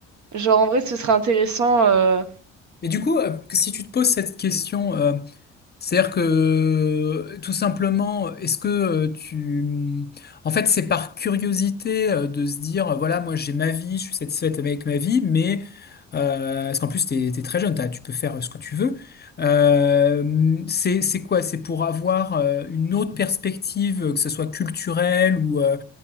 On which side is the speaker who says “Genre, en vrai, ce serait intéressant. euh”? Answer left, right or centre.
Right